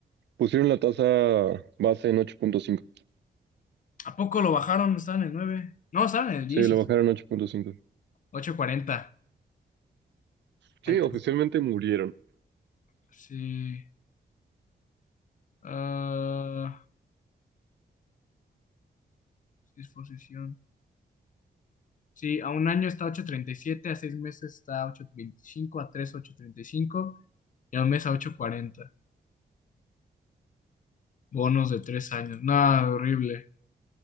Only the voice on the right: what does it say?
Pusieron la tasa base en ocho punto cinco
Sí, la bajaron a ocho punto cinco
Sí,
oficialmente murieron.